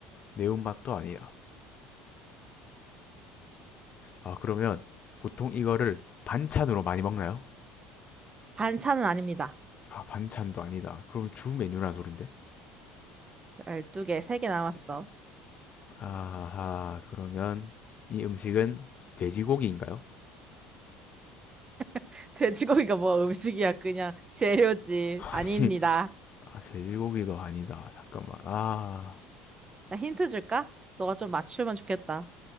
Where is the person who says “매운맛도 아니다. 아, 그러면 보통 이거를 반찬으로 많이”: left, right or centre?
Left